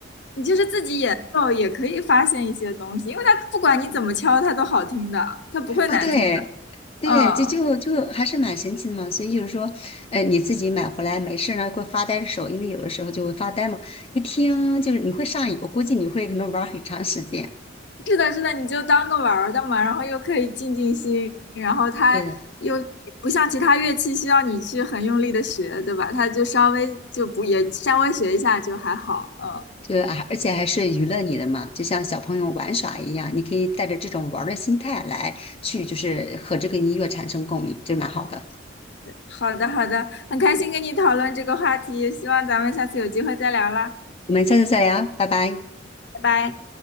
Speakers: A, on the left (about 60°); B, on the left (about 30°).
A: 你就是自己演奏也可以发现一些东西，因为它不管你怎么敲，它都好听的，它不会难听的。
B: 啊，对，对，
A: 嗯，
B: 这就就还是蛮神奇的嘛。所以就是说，呃，你自己买回来没事儿呢，会发呆的时候，因为有的时候就会发呆嘛。一听就是你会上瘾，我估计你会可能玩儿很长时间。
A: 是的，是的，你就当个玩儿的嘛，然后又可以静静心，然后它又不像其他乐器需要你去很用力的学，
B: 对的，
A: 对吧？它就稍微就不也稍微学一下就还好。嗯，
B: 就啊而且还是娱乐你的嘛，就像小朋友玩耍一样，你可以带着这种玩儿的心态来去，就是和这个音乐产生共鸣，就蛮好的。
A: 好的，好的，很开心跟你讨论这个话题，希望咱们下次有机会再聊啦，
B: 我们下次再聊，拜拜。
A: 拜拜。